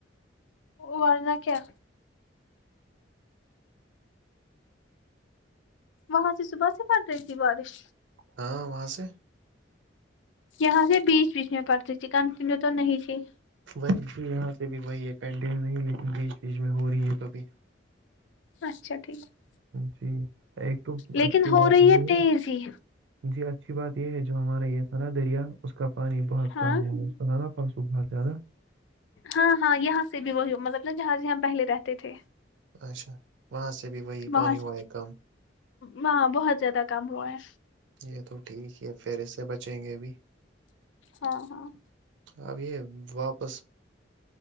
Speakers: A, on the left; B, on the right.
A: ورنہ کیا وہاں سے صبح سے پڑ رہی تھی بارش
B: ہاں وہاں سے
A: یہاں سے بیچ بیچ میں پڑتی تھی کن تم میں تو نہیں تھی
B: وہی جی یہاں سے بھی وہی ہے کنٹین نہیں لیکن بیچ بیچ میں ہو رہی ہے تو بھی
A: اچھا ٹھیک
B: جی ایک تو
A: لیکن
B: اچھی
A: ہو
B: بات
A: رہی
B: یہ
A: تیز
B: ہے
A: ہی
B: جی اچھی بات یہ ہے جو ہمارا یہ تھا نا دریا اس کا پانی بہت
A: ہاں
B: کم ہوا سنارا پرسو بہت زیادہ
A: ہاں ہاں یہاں سے بھی وہی مطلب جہاں جاں پہلے رہتے تھے
B: اچھا وہاں سے بھی وہی
A: وہاں
B: پانی
A: سے
B: ہوا ہے کم
A: ہاں بہت زیادہ کم ہوا ہے
B: یہ تو ٹھیک ہے پھر اس سے بچیں گے بھی
A: ہاں ہاں
B: اب یہ واپس